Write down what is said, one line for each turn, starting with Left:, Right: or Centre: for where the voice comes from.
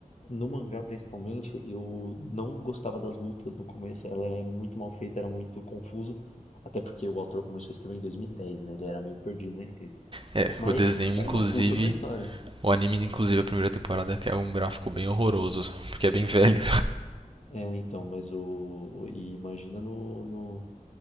Left: no mangá principalmente, eu não gostava das lutas no começo, ela é muito mal feita, era muito confuso, até porque o autor começou a escrever em 2010, né? Ele era meio perdido na escrita.
Right: É,
Left: Mas
Right: o desenho, inclusive,
Left: era uma puta de uma história.
Right: o anime, inclusive, a primeira temporada, que é um gráfico bem horroroso, porque é bem velho.
Left: É, então, mas o. o- E imagina no, no,